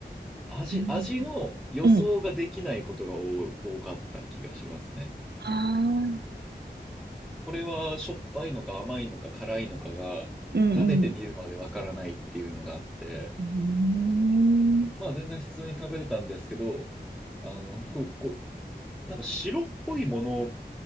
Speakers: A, in the centre; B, on the right.
A: 味、
B: うん。
A: 味の予想ができないことが多多かった気がしますね。
B: うんああ、
A: これはしょっぱいのか甘いのか辛いのかが食べてみるまでわからないっていうのがあって、
B: うんうん。うーん。
A: まあ全然普通に食べれたんですけど、あの、ふ、こう、なんか白っぽいもの